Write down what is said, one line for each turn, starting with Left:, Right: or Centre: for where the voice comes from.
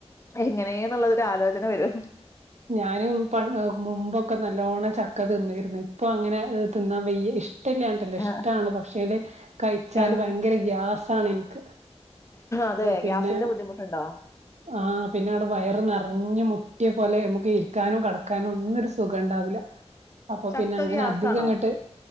Left: എങ്ങനെന്നുള്ളതൊരു ആലോചന വരും
Right: ഞാനും പ മുമ്പൊക്കെ നല്ലോണ്ണം ചക്ക തിന്നരുന്നു ഇപ്പൊ അങ്ങനെ തിന്നാൻ വയ്യേ ഇഷ്ട്ടല്ലാണ്ടല്ല ഇഷ്ടമാണ്
Left: ആഹ്
Right: പക്ഷേല് കഴിച്ചാല്
Left: ആഹ്
Right: ഭയങ്കര ഗ്യാസാണ് ഇൻക്ക്
Left: അതെ
Right: പിന്നെ
Left: ഗ്യാസിന്റെ ബുദ്ധിമുട്ടുണ്ടോ
Right: ആ പിന്നെ അവിടെ വയറ്
Left: ഉം.
Right: നിറ ഞ്ഞ് മുട്ടിയ പോലെ നമുക്ക് ഇരിക്കാനോ കെടക്കാനോ ഒന്നും ഒരു സുഖം ഉണ്ടാവില്ല. അപ്പൊ
Left: ചക്ക
Right: പിന്നെ അങ്ങനെ
Left: ഗ്യാസാണോ
Right: അധികം അങ്ങട്ട്..